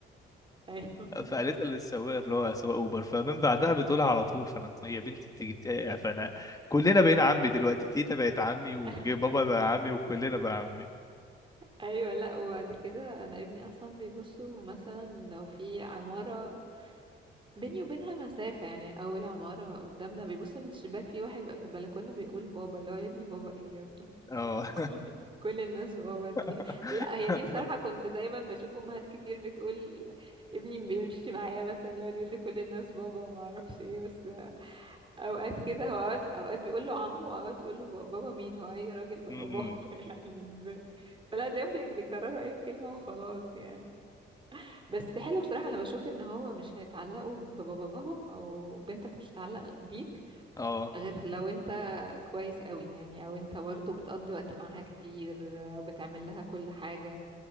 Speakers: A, on the right (about 25°); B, on the left (about 15°).
A: ايوه
B: فقالتها للسواق اللي هو سواق اوبر فمن بعدها بتقولها على طول فانا هي بنتي تيجي ت- يعني فانا كلنا بقينا
A: <laughs> ايوه
B: عمي دلوقتي تيتا بقت عمي وبابا
A: <laughs>
B: بقى عمي وكلنا بقى عمي
A: ايوه لا وبعد كده انا ابني اصلا بيبصوا مثلا لو في عماره بيني وبينها مسافه يعني اول عماره قدامنا بيبص من الشباك في واحد بقى في البلكونه بيقول بابا اللي هو يا ابني بابا ايه يا ابني
B: اه
A: <laughs> كل الناس بابا
B: <laughs>
A: ليه لا هي دي بصراحه كنت دايما بشوف امهات كتير بتقول ابني بيمشي معايا مثلا يقعد يقول لكل الناس بابا وما اعرفش ايه بس اوقات كده هو اوقات اوقات بيقول له عمه واوقات تقول له بابا مين هو اي راجل بقى
B: م-
A: بابا
B: م.
A: <laughs> يعني ازاي فلا تلاقيهم بي- بيكرروا اي كلمة وخلاص يعني بس حلو بصراحة انا بشوف ان هو مش هيتعلقوا بباباهم او بنتك مش هتتعلق بيك
B: اه
A: غير لو انت كويس قوي يعني او انت برضه بتقضي وقت معاها كتير وبتعمل لها كل حاجة